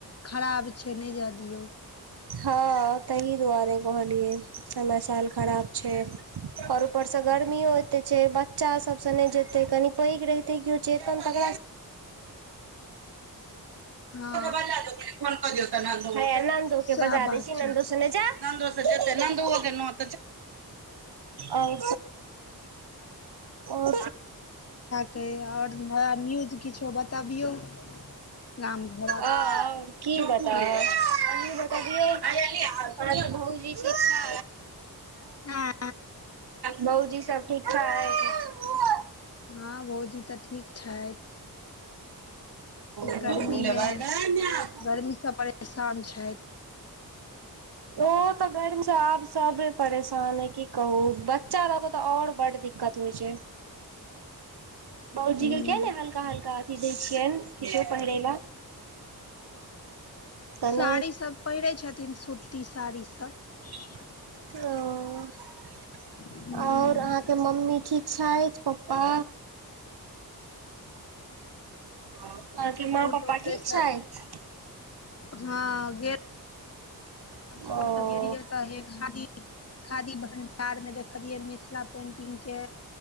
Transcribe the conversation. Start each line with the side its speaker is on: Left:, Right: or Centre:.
Left: खराब छै नहि जाय दियौ
Right: हँ तहि दुआरे कहलियए समय साल खराब छय आओर ऊपरसँ गर्मियो एते छै बच्चा सभसँ नहि जेतै कनि पैघ रहेते कऽ चेतन तक
Left: हँ
Right: बला ह‌इया नन्दो के
Left: सएह
Right: बजा
Left: बात
Right: देै छी नन्दो
Left: छै
Right: से ने जा न के न आओ आ
Left: आओर नया न्यूज किछो बताबियउ राम घर
Right: आ ओर की बताबै बताबिय <unintelligible> आ तऽ बहु जी छा
Left: हँ
Right: भौजी सब ठीकठाक है छय
Left: हँ भौजी तऽ ठीक छइथ
Right: अछि
Left: गर्मीमे
Right: लेबै गै माय
Left: गर्मीसँ परेशान छइथ
Right: ओ तऽ गर्मी से आप सब परेशान है की कहू बच्चा लगो तऽ और बड़ दिक कत होइ छय बाउजी
Left: हूँ
Right: के किया ने हल्का हल्का अथी दय छियइ किछो पहिरे ला तऽ
Left: साड़ी
Right: नहि
Left: सभ पहिरै छथिन सूती साड़ीसभ
Right: ओ
Left: ह
Right: और अहाँके मम्मी ठीक छइथ पप्पा अहके माँ
Left: पुर
Right: पप्पा
Left: तऽ ओकरे
Right: ठीक
Left: सँ
Right: छइथ
Left: हँ गेल भगवत
Right: ओ
Left: तऽ गेलियै तऽ हे खादी खादी भण्डार मे देखलियै मिथिला पेंटिंग के